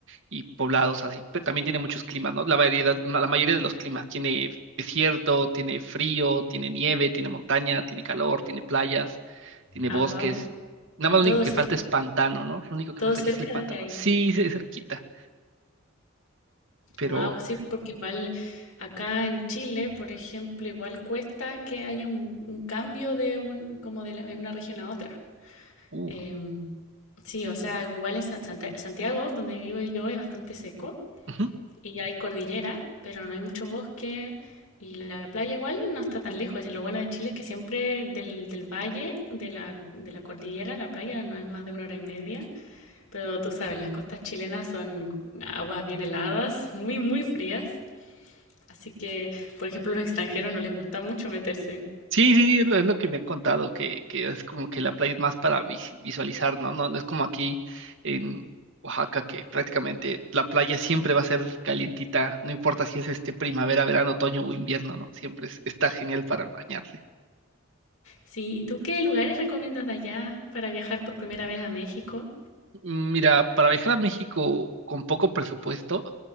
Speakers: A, on the right (about 60°); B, on the left (about 70°).
A: y poblados así, pero también tiene muchos climas, ¿no? La variedad, ma- la mayoría de los climas tiene desierto, tiene frío, tiene nieve, tiene montaña, tiene calor, tiene playas, tiene
B: Ah,
A: bosques.
B: wow.
A: Nada
B: Y
A: más
B: todo
A: lo único que
B: cer-
A: falta es pantano, ¿no? Lo único que
B: todo
A: falta
B: cerca
A: aquí es el pantano.
B: de ahí.
A: Sí, sí, es cerquita, pero...
B: Wow, sí, porque igual acá en Chile, por ejemplo, igual cuesta que haya un, un cambio de un, como de la- en una región a otra.
A: Uh,
B: Em, sí, o sea, igual en San- Santa- Santiago, donde vivo yo, es bastante seco
A: ujú.
B: y hay cordillera, pero no hay mucho bosque y la playa igual no está tan lejos. Y lo bueno de Chile es que siempre del, del valle, de la, de la cordillera, la playa no es más de una hora y media, pero tú sabes, las costas chilenas son aguas bien heladas, muy, muy frías. Así que, por ejemplo, a los extranjeros no les gusta mucho meterse.
A: Sí, sí, es lo, es lo que me han contado, que, que es como que la playa es más para vis- visualizar, ¿no? No, no es como aquí en Oaxaca, que prácticamente la playa siempre va a ser calientita, no importa si es este primavera, verano, otoño o invierno, ¿no? Siempre es- está genial para bañarse.
B: Sí, ¿y tú qué lugares recomiendas de allá para viajar por primera vez a México?
A: Mm, Mira, para viajar a México con poco presupuesto,